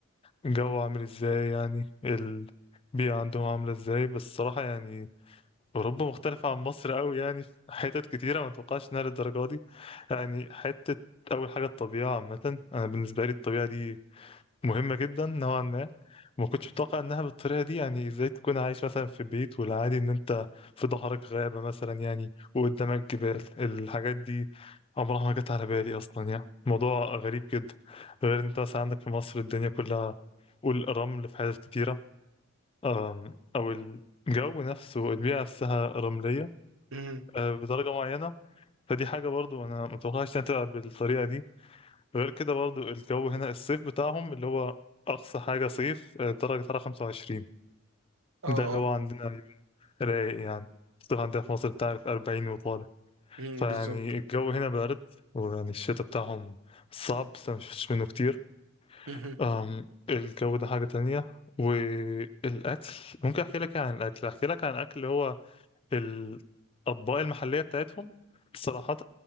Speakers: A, on the left; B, on the right.
A: الجو عامل ازاي يعني البيئة عندهم عاملة ازاي بس الصراحة يعني اوروبا مختلفة عن مصر قوي يعني في حتت كتيرة ما اتوقعش انها للدرجة دي يعني حتة اول حاجة الطبيعة عامة انا بالنسبة لي الطبيعة دي مهمة جدا نوعا ما وما كنتش متوقع انها بالطريقة دي يعني ازاي تكون عايش مثلا في بيت والعادي ان انت في ظهرك غابة مثلا يعني وقدامك جبال الحاجات دي عمرها ما جت على بالي اصلا يعني موضوع غريب جدا غير ان انت مثلا عندك في مصر الدنيا كلها والرمل في حاجات كتيرة أم، او الجو نفسه البيئة نفسها رملية
B: مهم.
A: أه، بدرجة معينة فدي حاجة برضو انا متوقعش انها تبقى بالطريقة دي غير كده برضو الجو هنا الصيف بتاعهم اللي هو أقصى حاجة صيف آه، درجة حرارة 25
B: اه
A: ده اللي
B: اه
A: هو عندنا رايق يعني الصيف عندنا في مصر بتعرف 40 وطالع
B: مم،
A: فيعني
B: بالظبط
A: الجو هنا بارد ويعني الشتاء بتاعهم صعب بس أنا مشفتش منه كتير
B: مهم.
A: أم الجو ده حاجة تانية والأكل ممكن أحكي لك إيه عن الأكل أحكي لك عن الأكل اللي هو الأطباق المحلية بتاعتهم صراحة